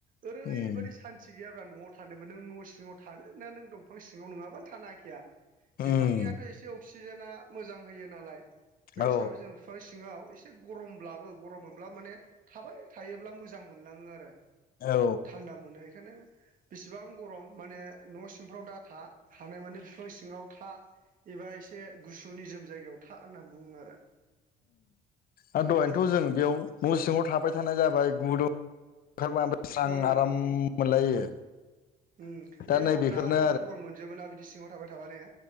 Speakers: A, on the right; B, on the left.
A: ओरैबायदि
B: उम
A: सान्थि गैया न'आव थानोबो नों न' सिङाव थानो ना नों दंफां सिङाव नङाबानो थानो हाखाया
B: उम
A: बिफांनियाथ' एसे अक्सिजेना मोजां होयो नालाय बे
B: औ
A: हिसाबै जों बिफां एसे गरमब्लाबो गरम मोनब्ला माने थाबाय थायोब्ला मोजां मोनलाङो आरो
B: औ
A: थान्दा मोनो यानो बेसेबां गरम माने न'सिंफ्राव दा था हानायमानि फिफां सिङाव था एबा एसे गुसु निजोम जायगायाव था होनना बुङो आरो।
B: ओ दहायनोथ'
A: मोजाङानो
B: जों बेयाव न'सिङाव थाबाय थानाय जाबाय गुदुं ओंखारबा ओमफ्राय स्रां
A: उम
B: आराम मोनलायो।
A: उम
B: दा
A: देहाफोरा
B: नैबेफोरनो
A: आरो दुरबल मोनजोबो ना बिदि सिङाव थाबाय थाबा ने?